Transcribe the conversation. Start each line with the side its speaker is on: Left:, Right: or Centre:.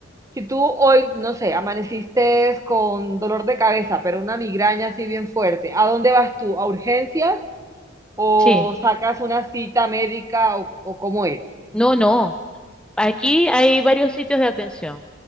Right: si tú hoy, no sé, amaneciste con dolor de cabeza, pero una migraña así bien fuerte, ¿a dónde vas tú? ¿A urgencias? o
Centre: Sí,
Right: sacas una cita médica o, o cómo es.
Centre: no, no. Aquí hay varios sitios de atención.